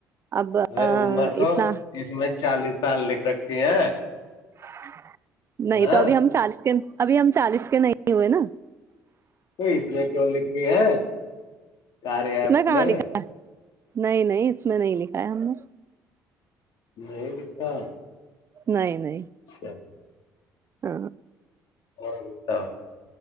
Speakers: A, on the right; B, on the left.
A: اب
B: عمر تو
A: اتنا
B: اس میں چالیس سال لکھ رکھے ہیں
A: <unintelligible> نہیں
B: ہاں
A: تو ابھی ہم چالیس کے ابھی ہم چالیس کے نہیں ہوئے نا
B: تو اس میں کیوں لکھ کے ہیں کار ایپ
A: اس کہاں
B: میں
A: لکھا نہیں نہیں اس میں نہیں لکھایا ہم نے
B: نہیں لکھتا
A: نہیں نہیں
B: اچھا
A: ہ
B: ہ <unintelligible>